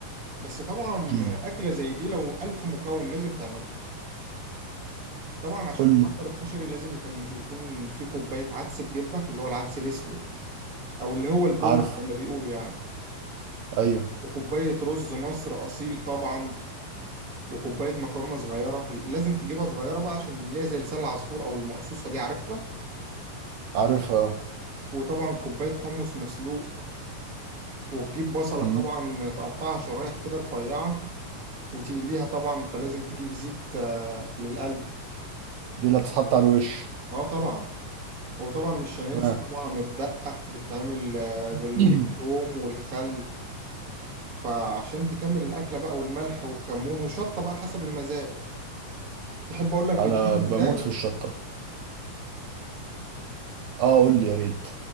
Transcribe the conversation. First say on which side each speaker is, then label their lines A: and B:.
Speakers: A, on the right (about 35°); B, on the right (about 75°).
A: بس طبعا
B: احكيلي
A: اكله زي دي لو الف مكون لازم تعملها طبعا عشان
B: قول
A: تحضر
B: لي
A: الكشري لازم يكون يكون في كوبايه عدس بجبه اللي هو العدس الاسود او اللي هو البن
B: عارفه
A: زي ما بيقولوا يعني
B: ايوه
A: وكوبايه رز مصر اصيل طبعا وكوبايه مكرونه صغيره لازم تجيبها صغيره بقى عشان اللي هي زي لسان العصفور او المقصوصه دي عارفها
B: عارفها اه
A: وطبعا كوبايه حمص مسلوق وتجيب بصلك
B: مم.
A: طبعا تقطعها شرايح كده رفيعه وتقليها طبعا فلازم تجيب زيت آه، للقلي
B: دي اللي تتحط على الوش
A: اه طبعا وطبعا مش هننسى
B: آه.
A: طبعا الدقه بتتعمل آه، بالثوم
B: <clears throat>
A: والخل فعشان تكمل الاكله بقى والملح والكمون وشطه بقى حسب المزاج تحب اقول لك
B: انا
A: بيتعمل
B: بموت
A: ازاي
B: في الشطه اه قول لي يا ريت